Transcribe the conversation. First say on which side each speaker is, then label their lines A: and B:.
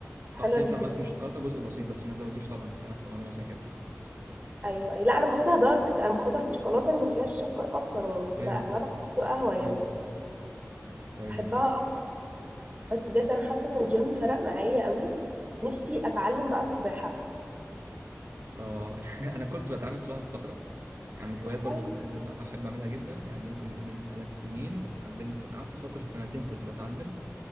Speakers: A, on the right; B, on the right.
A: حلوة
B: اه تنفع
A: جدا
B: معاك الشوكولاته جزء بسيط بس ما تزوديش طبعا انت عارفه معلومه زي كده
A: أيوه أيوة. لا أنا باخدها دارك أنا باخدها الشوكولاتة اللي ما فيهاش سكر أصلا يعني بتبقى
B: <laughs> ايوه
A: أغلبها قهوة
B: كويس
A: يعني
B: كويس
A: بحبها
B: جدا
A: بس بجد انا حاسه ان الجيم فرق معايا قوي نفسي اتعلم بقى السباحه
B: اه <laughs> انا كنت بتعلم سباحه في فتره يعني من الهوايات
A: طيب
B: برضو كنت بحب أحب اعملها جدا يعني ممكن نقول من ثلاث سنين اتعلمت قعدت فتره سنتين كنت بتعلم